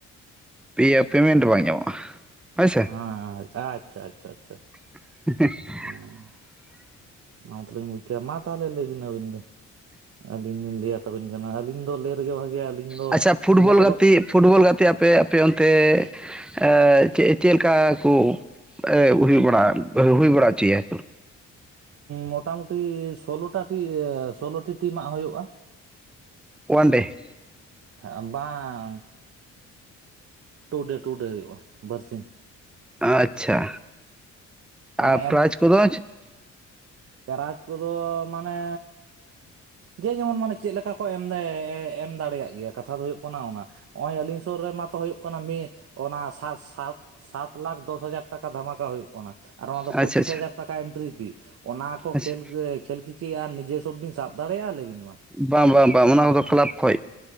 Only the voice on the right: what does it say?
<unintelligible> ᱟᱪᱪᱷᱟ ᱟᱪᱪᱷᱟ ᱟᱪᱪᱷᱟ,
ᱦᱮᱸ ᱚᱱᱟ ᱢᱟᱛᱚᱞᱤᱧ ᱵᱩᱡᱽ ᱠᱮᱫᱟ, ᱢᱟ ᱛᱟᱦᱚᱞᱮ ᱞᱟᱹᱭ ᱵᱤᱱ ᱟᱹᱵᱤᱱ ᱜᱮ? ᱟᱹᱞᱤᱧ ᱞᱤᱧ ᱞᱟᱹᱭ ᱟᱛᱟᱵᱮᱱ ᱠᱟᱱᱟ ᱟᱹᱞᱤᱧ ᱫᱚ ᱞᱟᱹᱭ ᱨᱮᱜᱮ ᱵᱷᱟᱜᱮᱭᱟ ᱟᱹᱞᱤᱧ ᱫᱚ
ᱩᱱᱟᱹᱜ
ᱚᱞᱚᱜ
ᱢᱚᱴᱟᱢᱩᱴᱤ ᱥᱳᱞᱳᱴᱟ ᱴᱤ ᱥᱳᱞᱳᱴᱤ ᱴᱤᱢᱟᱜ ᱦᱩᱭᱩᱜᱼᱟ᱾
ᱟ ᱵᱟᱝ ᱴᱩ ᱰᱮ ᱴᱩ ᱰᱮ ᱦᱩᱭᱩᱜᱼᱟ ᱵᱟᱨᱥᱤᱧ᱾
ᱢᱟᱱᱮ
ᱯᱨᱟᱡᱽ ᱠᱚᱫᱚ ᱢᱟᱱᱮ ᱡᱮ ᱡᱮᱢᱚᱱ ᱢᱟᱱᱮ ᱪᱮᱫ ᱞᱮᱠᱟ ᱠᱚ ᱮᱢ ᱮᱢ ᱫᱟᱲᱮᱭᱟᱜ ᱜᱮᱭᱟ ᱠᱟᱛᱷᱟ ᱫᱚ ᱦᱩᱭᱩᱜ ᱠᱟᱱᱟ ᱚᱱᱟ ᱱᱚᱜᱼᱚᱭ ᱟᱹᱞᱤᱧ ᱥᱩᱨ ᱨᱮᱢᱟ ᱛᱚ ᱦᱩᱭᱩᱜ ᱠᱟᱱᱟ ᱾ᱢᱤᱫ ᱚᱱᱟ ᱥᱟᱛ ᱥᱟᱛ ᱥᱟᱛ ᱞᱟᱠᱷ ᱫᱚᱥ ᱦᱟᱡᱟᱨ ᱴᱟᱠᱟ ᱫᱷᱟᱢᱟᱠᱟ ᱦᱩᱭᱩᱜ ᱠᱟᱱᱟ ᱟᱨ ᱚᱱᱟ ᱫᱚ
ᱯᱚᱸᱪᱤᱥ ᱦᱟᱡᱟᱨ ᱴᱟᱠᱟ ᱮᱱᱴᱨᱤ ᱯᱷᱤ ᱚᱱᱟ ᱠᱚ
ᱠᱷᱮᱞ ᱠᱷᱮᱞ ᱠᱤ ᱠᱤ ᱟᱨ ᱱᱤᱡᱮᱥᱚᱵ ᱵᱤᱱ ᱥᱟᱵ ᱫᱟᱲᱮᱭᱟᱜᱼᱟ ᱞᱟᱹᱭ ᱵᱤᱱ ᱢᱟ᱾